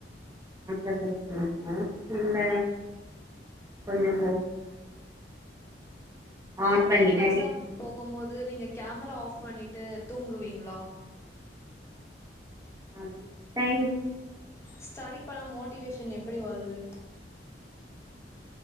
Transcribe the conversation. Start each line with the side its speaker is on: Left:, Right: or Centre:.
Right: <inaudible> இல்ல கொஞ்சோ ஆன்
Left: ஆன்லைன்
Right: பண்ணிட்டேன்
Left: க்ளாஸ்லா போகும்போது நீங்க கேமரா ஆஃப் பண்ணிட்டு தூங்குவீங்களா
Right: அ தே
Left: ஸ்டடி பண்ண மோட்டிவேஷன் எப்படி வருது